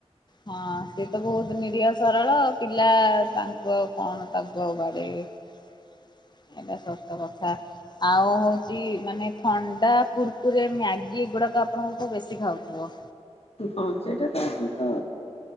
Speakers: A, on the left; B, on the left.
A: ହଁ ସେ ତ ବହୁତ ନିରହ ସରଳ ପିଲା ତାଙ୍କୁ ଆଉ କଣ ତାଙ୍କୁ ବଡେଇବେ ଏଇଟା ଶତ କଥା। ଆଉ ହେଉଛି ମାନେ ଥଣ୍ଡା କୁୁରକୁରେ ମ୍ୟାଗି ଏଗୁଡ଼ାକ ଆପଣଙ୍କ ବେଶୀ ଖାଉଥିବ?
B: ହଁ ସେଇଟା ତ ତ